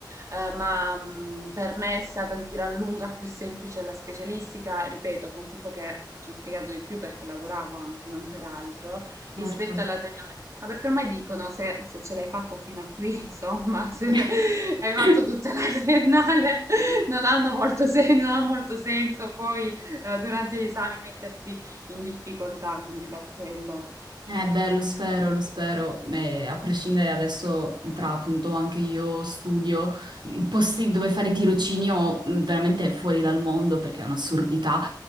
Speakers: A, on the right; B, on the right.
A: eh, ma mh, per me è stata di gran lunga più semplice la specialistica, ripeto, con tutto che ci ho impiegato di più perché lavoravo anche, non per altro,
B: certo.
A: rispetto alla triennale. Ma perché ormai dicono se, se ce l'hai fatta fino a qui, insomma, se <laughs>
B: <laughs>
A: hai fatto tutta la triennale, <laughs> non hanno molto sen- non ha molto senso poi eh, durante gli esami metterti in difficoltà, quindi per quello.
B: Eh beh, lo spero, lo spero, Eh, a prescindere adesso tra appunto anche io studio, mh, posti dove fare tirocinio mh, veramente fuori dal mondo perché è un'assurdità